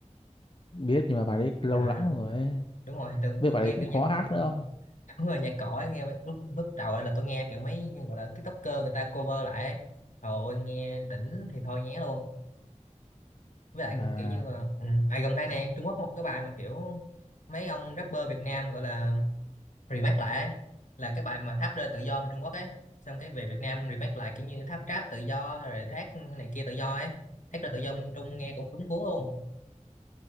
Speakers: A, on the left; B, on the left.
A: biết nhưng mà bài đấy lâu
B: à
A: lắm rồi ấy.
B: đúng rồi thì từng
A: với
B: tôi
A: bài
B: nghe
A: đấy cũng
B: kiểu
A: khó
B: nhạc
A: hát nữa không
B: <laughs> đúng rồi nhạc cổ ấy, nghe mấy- lúc lúc đầu ấy là tôi nghe kiểu mấy như gọi là TikToker người ta cover lại ấy. Trời ơi nghe đỉnh thì thôi nhé luôn với lại
A: à
B: kiểu như là ừ. à, gần đây này Trung Quốc có một cái bài mà kiểu mấy ông rapper Việt Nam gọi là remake lại ấy. là cái bài mà tháp rơi tự do bên Trung Quốc ấy xong cái về Việt Nam remake lại kiểu như tháp rap tự do rồi thác này kia tự do ấy thác rơi tự do bên Trung nghe cũng đúng cuốn luôn